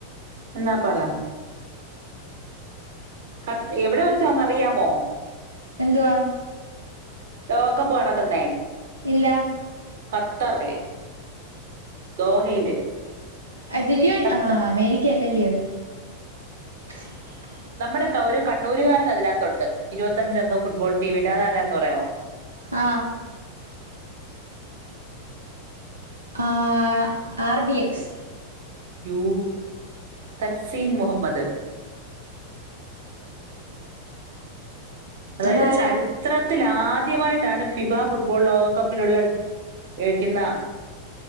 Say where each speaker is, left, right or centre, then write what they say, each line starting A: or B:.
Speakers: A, on the right; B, on the right.
A: ന്ന പറ കത്തി എവിടെ വെച്ചാന്ന് അറിയാമോ
B: എന്തുവാ
A: ലോകപ്പ് നടക്കുന്നേ
B: ഇല്ല
A: ഖത്തറില് ദോഹയില്
B: അതില്യോ
A: ഖത്തർ
B: ആഹ് അമേരിക്കയല്ലല്ലേ അത് <unintelligible>
A: നമ്മുടെ <unintelligible> ഒരു കണ്ണൂരുകാരന് അതിനകത്തുണ്ട് ഇരുപത്തഞ്ചംഗം ഫുട്ബോൾ ടീമില് അതാരാന്ന് പറയാമോ
B: ആ ആ ആർ ഡി എക്സ്
A: യൂ തക്സീൻ മുഹമ്മദ് അതായത്
B: അതാരാ
A: ചരിത്രത്തിൽ ആദ്യ ആദ്യമായിട്ടാണ് ഫിഫ ഫുട്ബോൾ ലോകകപ്പിലുള്ള എഴിക്കുന്ന